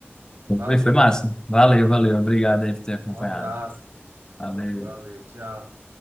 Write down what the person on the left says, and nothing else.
Foi, foi massa. Valeu, valeu. Obrigado aí por ter acompanhado.
Valeu.